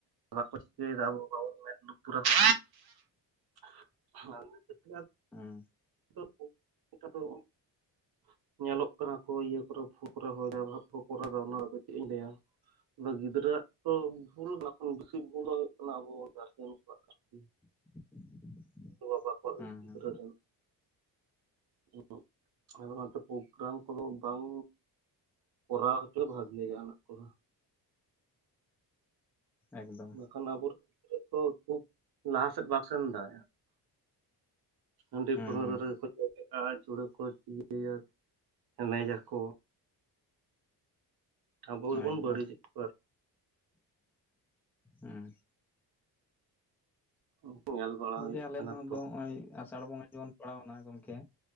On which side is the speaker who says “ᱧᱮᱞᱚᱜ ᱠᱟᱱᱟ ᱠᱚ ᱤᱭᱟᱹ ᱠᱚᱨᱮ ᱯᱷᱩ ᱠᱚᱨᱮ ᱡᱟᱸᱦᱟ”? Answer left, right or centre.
Right